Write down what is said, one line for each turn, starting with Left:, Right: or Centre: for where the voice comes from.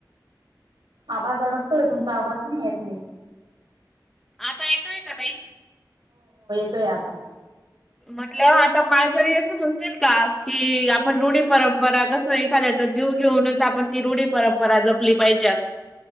Right: आवाज अडकतोय तुमचा आवाज नाही आहेत
Centre: आता येतोय का ताई
Right: तोय आता
Centre: म्हंटलं आता माळघरी असं म्हणतील का कि आपण रोढी परंपरा कस एखाद्या जीव घेऊनच आपण ती रूढी परंपरा जपली पाहिजे अस